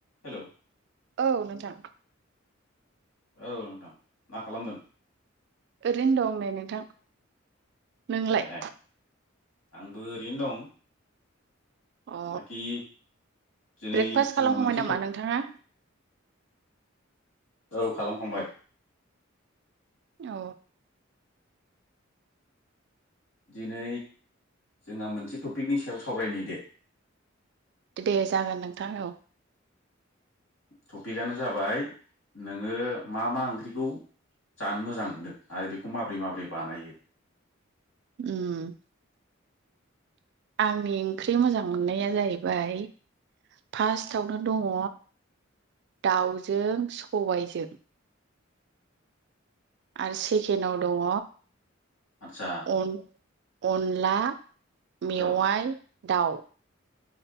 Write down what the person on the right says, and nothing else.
औ नोंथां
ओरैनो दं नै नोंथां नोंलाय
अ
ब्रेकफास्ट
खालामखांबाय
नामा
नोंथाङा
अ
दे जागोन नोंथां औ
ओम आंनि ओंख्रि मोजां मोननाया जाहैबाय फार्स्ट आवनो दङ दाउजों सबायजों आरो सेकेन्डाव दङ
अन अनला मेवाइ
दाउ